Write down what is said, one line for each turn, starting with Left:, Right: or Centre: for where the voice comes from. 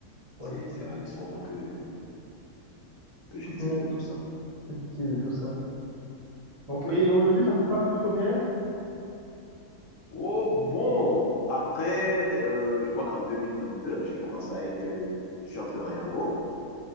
Right: Oui,
Left: C'est,
Right: c'est
Left: c'est
Right: ça.
Left: la leçon que, que je
Right: Pour
Left: tire de tout ça.
Right: c'est utile de tout ça. Ok,
Left: Oui.
Right: et aujourd'hui, ça se passe plutôt bien?
Left: Oh, bon, après, euh, je crois qu'en 2022 j'ai commencé avec, euh, je suis entré dans Yango.